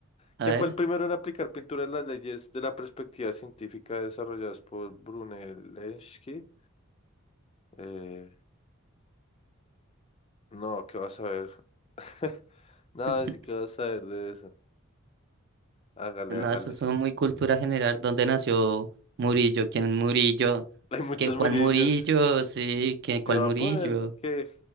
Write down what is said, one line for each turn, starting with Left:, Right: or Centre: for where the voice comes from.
Left: ¿Quién
Right: A ver.
Left: fue el primero en aplicar pintura de las leyes de la perspectiva científica desarrolladas por Brunelleschi? Eh, no, ¿qué vas a ver? <laughs> No,
Right: <laughs>
Left: sí que vas a ver de eso. Hágale,
Right: No,
Left: hágale.
Right: eso es muy cultura general. ¿Dónde nació Murillo? ¿Quién es Murillo?
Left: <laughs> Hay muchos
Right: ¿Qué, cuál
Left: murillos.
Right: Murillo? Sí, ¿qué,
Left: Yo
Right: cuál
Left: voy
Right: Murillo?
Left: a poner que